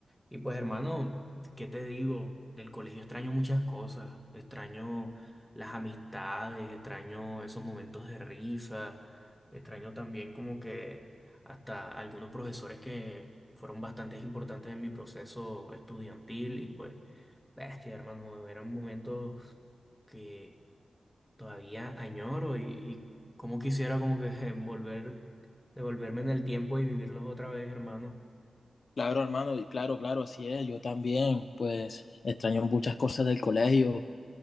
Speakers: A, in the centre; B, on the left (about 60°).
A: Y pues hermano, ¿qué te digo? Del colegio extraño muchas cosas, extraño las amistades, extraño esos momentos de risa, extraño también como que hasta algunos profesores que fueron bastante importantes en mi proceso estudiantil y pues, bestia hermano, eran momentos que todavía añoro y, y como quisiera como que <laughs> volver, devolverme en el tiempo y vivirlos otra vez, hermano.
B: Claro, hermano, y claro, claro, así es. Yo también, pues extraño muchas cosas del colegio.